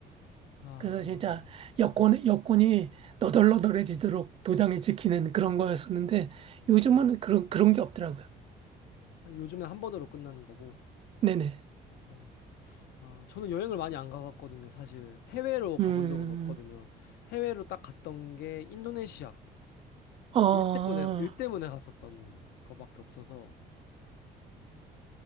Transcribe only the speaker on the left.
아,
네.
요즘에 한 번으로 끝나는 거고.
네. 아, 저는 여행을 많이 안 가봤거든요. 사실 해외로
가본 적은 없거든요. 해외로 딱 갔던 게 인도네시아.
일 때문에 일 때문에 갔었던 거밖에 없어서.